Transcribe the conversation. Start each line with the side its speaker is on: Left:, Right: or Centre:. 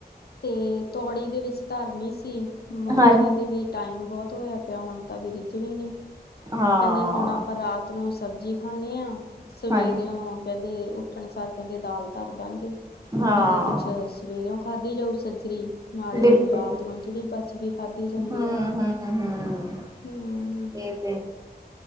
Left: ਤੇ ਤੌੜੀ ਦੇ ਵਿੱਚ ਧਰਨੀ ਸੀ, ਮੰਮੀ
Right: ਹਾਂ
Left: ਕੈਂਦੇ ਵੀ ਟਾਈਮ ਬੋਤ ਹਹੋਯਾ ਪਿਆ ਹੁਣ ਤਾਂ ਵੀ ਰਿੱਝਣੀ ਨੀਂ।
Right: ਹਾਂ
Left: ਕੈਂਦੇ ਹੁਣ ਆਪਾਂ ਰਾਤ ਨੂੰ ਸਬਜੀ ਖਾਂਨੇਆ, ਸਵੇਰੇਓ
Right: ਹਾਂਜੀ
Left: ਕੈਂਦੇ ਉੱਠਣ ਸਾਰ ਕੈਂਦੇ ਦਾਲ ਧਰ ਦਾਗੇ
Right: ਹਾਂ
Left: ਨਾਲੇ ਕੁਛ ਸਵੇਰੇਓ, ਖਾਧੀ ਜਾਊ ਸੱਜਰੀ। ਨਾਲੇ
Right: ਬਿਲਕੁਲ
Left: ਰਾਤ
Right: ਬਿਲਕੁਲ
Left: ਨੂੰ ਜੇੜੀ ਬਚ ਗਈ ਖਾਧੀ ਜਾਂਦੀ
Right: ਹਮ
Left: ਆ,
Right: ਹਮ ਹਮ
Left: ਹੂੰ।
Right: ਇਹ ਤੇ